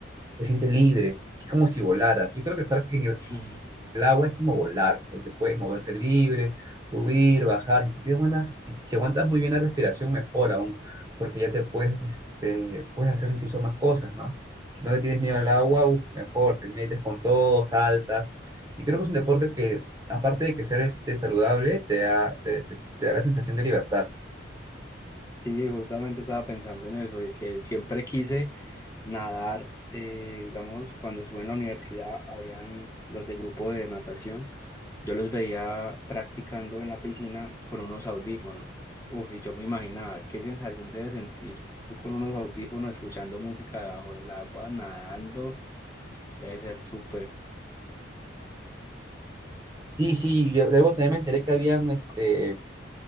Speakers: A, on the right; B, on the left.
A: se siente libre. Es como si volaras. Yo creo que estar en el
B: <laughs>
A: el agua es como volar, porque puedes moverte libre, subir, bajar. Si, tienes buenas, si si aguantas muy bien la respiración, mejor aún, porque ya te puedes, este, puedes hacer incluso más cosas, ¿no? Si no le tienes miedo al agua, uf, mejor, te metes con todo, saltas. Y creo que es un deporte que, aparte de que ser este, saludable, te da, te, te- te da la sensación de libertad.
B: Sí, justamente estaba pensando en eso, de que siempre quise nadar, eh, digamos, cuando estuve en la universidad, habían los de grupo de natación, yo los veía practicando en la piscina con unos audífonos. Uf, y yo me imaginaba qué sensación se debe sentir tú con unos audífonos escuchando música debajo del agua, nadando, debe ser súper,
A: Sí, sí, yo debo también me enteré que habían este,